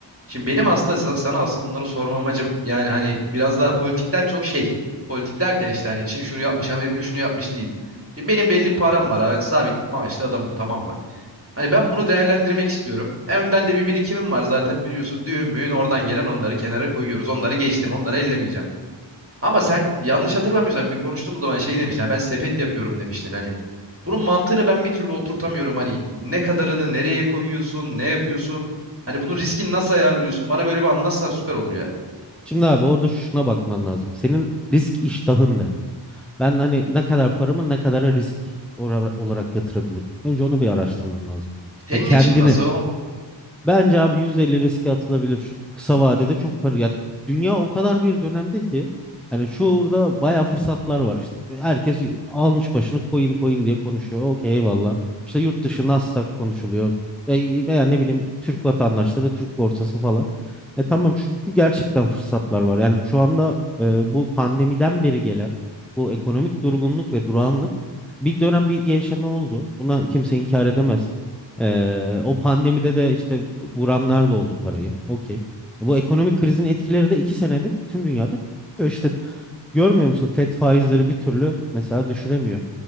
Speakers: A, on the right; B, in the centre.
A: şimdi benim aslında sa- sana asıl bunları sorma amacım yani hani biraz daha politikten çok şey politik derken işte hani Çin şunu yapmış Amerika şunu yapmış değil. Şimdi benim belli bir param var abi, ben sabit maaşlı adamım tamam mı? Hani ben bunu değerlendirmek istiyorum. En önden de bir birikimim var zaten biliyorsun düğün müğün oradan gelen onları kenara koyuyoruz onları geçtim onları ellemeyeceğim. Ama sen yanlış hatırlamıyorsam bir konuştuğumuz zaman şey demiştin. "Ha, ben sepet yapıyorum demiştin. Hani bunun mantığını ben bir türlü oturtamıyorum. Hani ne kadarını nereye koyuyorsun, ne yapıyorsun? Hani bunun riskini nasıl ayarlıyorsun? Bana böyle bir anlatsan süper olur ya.
B: <laughs> şimdi abi orada şuna bakman lazım. Senin risk iştahın ne? Ben hani ne kadar paramı ne kadar risk ora- olarak yatırabilirim? Önce onu bir araştırman lazım.
A: Senin
B: Ya kendini.
A: için nasıl o?
B: Bence abi %50 riske atılabilir. Şu kısa vadede çok para. Ya dünya o kadar bir dönemde ki. Hani şurada bayağı fırsatlar var. İşte herkes almış başını coin coin diye konuşuyor. Okey eyvallah. İşte yurt dışı
A: Hı hı,
B: Nasdaq konuşuluyor. Ya, veya ne bileyim Türk vatandaşları, Türk borsası falan. E tamam çünkü gerçekten fırsatlar var. Yani şu anda e, bu pandemiden beri gelen bu ekonomik durgunluk ve durağanlık bir dönem bir gevşeme oldu. Buna kimse inkar
A: hı hı,
B: edemez. E, o pandemide de işte vuranlar da oldu parayı. Okey. E, Bu ekonomik krizin
A: hı hı.
B: etkileri de iki senedir tüm dünyada. görülüyor. İşte görmüyor musun? Fed faizleri bir türlü mesela düşüremiyor.